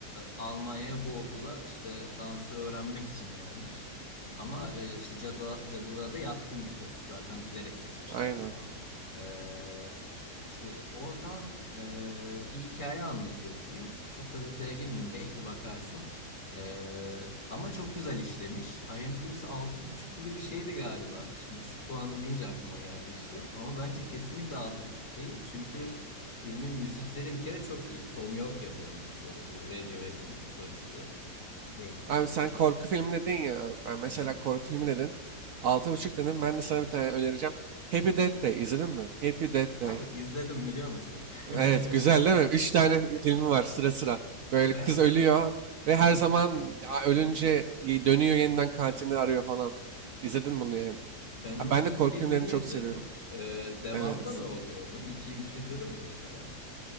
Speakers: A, on the left; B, on the right.
A: Almanya'ya bu okula işte dansı öğrenmek için gelmiş. Ama e, işte cadı, cadılığa da yatkın bir kız. Zaten bilerek seçmişler
B: Aynen.
A: falan. Ee, işte oradan e, bir hikaye anlatıyor film. Çok da detaya girmeyeyim belki bakarsın. Ee, ama çok güzel işlemiş. IMDb'si altı buçuk gibi bir şeydi galiba. Şimdi düşük puanlı deyince aklıma geldi işte. Ama bence kesinlikle altı buçuk değil. Çünkü filmin müzikleri bir kere çok iyi. Tom York yapıyor müzikleri bu Radiohead'in solisti. Belki
B: Abi
A: biliyorsundur.
B: sen korku filmi dedin ya. Ben mesela
A: Aha.
B: korku filmi dedin. altı buçuk dedim. Ben de sana bir tane önereceğim. Happy Death Day. izledin mi? Happy Death Day.
A: Abi izledim biliyor musun?
B: Evet
A: <laughs>
B: güzel değil mi? 3 tane filmi var sıra sıra. Böyle
A: Ben
B: kız ölüyor ve her
A: Hı hı.
B: zaman a, ölünce y- dönüyor yeniden katilini arıyor falan. İzledin bunu yani.
A: ben onun
B: Ha, Ben
A: ilk
B: de korku
A: filmini
B: filmlerini çok
A: izledim.
B: seviyorum.
A: Ee, devamında
B: Evet.
A: ne oluyor onun? 2'yi 3'ü izledin mi mesela?